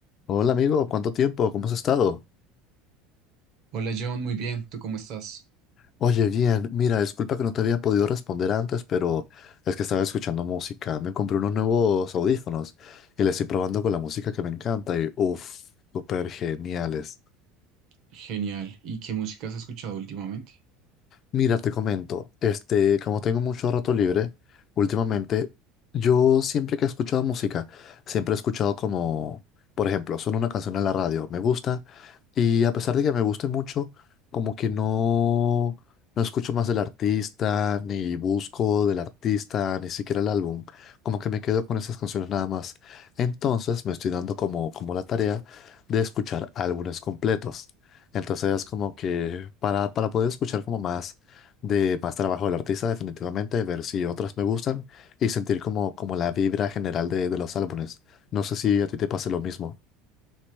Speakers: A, on the left; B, on the right.
A: Hola amigo, ¿cuánto tiempo? ¿Cómo has estado?
B: Hola John, muy bien, ¿tú cómo estás?
A: Oye, bien, mira, disculpa que no te había podido responder antes, pero es que estaba escuchando música. Me compré unos nuevos audífonos y les estoy probando con la música que me encanta y uff, súper geniales.
B: Genial. ¿Y qué música has escuchado últimamente?
A: Mira, te comento, este, como tengo mucho rato libre últimamente, yo siempre que he escuchado música, siempre he escuchado como, por ejemplo, suena una canción en la radio, me gusta, y a pesar de que me guste mucho, como que no, no escucho más del artista, ni busco del artista, ni siquiera el álbum, como que me quedo con esas canciones nada más. Entonces me estoy dando como, como la tarea de escuchar álbumes completos. Entonces, como que para, para poder escuchar como más de más trabajo del artista, definitivamente, ver si otras me gustan y sentir como, como la vibra general de, de los álbumes. No sé si a ti te pase lo mismo.